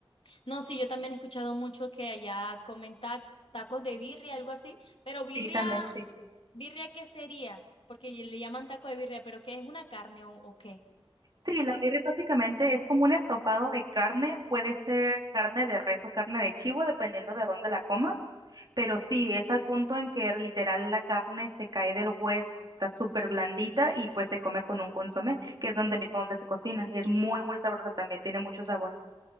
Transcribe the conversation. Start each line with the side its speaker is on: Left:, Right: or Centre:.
Left: No, sí, yo también he escuchado mucho que allá comen ta- tacos de birria, algo así, pero birria,
Right: Sí, también, sí.
Left: ¿birria qué sería? Porque le llaman taco de birria, pero ¿qué es una carne o, o qué?
Right: Sí, la birria básicamente es como un estofado de carne, puede ser carne de res o carne de chivo, dependiendo de dónde la comas, pero sí, es al punto en que literal la carne se cae del hueso, está súper blandita y pues se come con un consomé, que es donde mismo donde se cocina, y es muy, muy sabrosa también, tiene mucho sabor.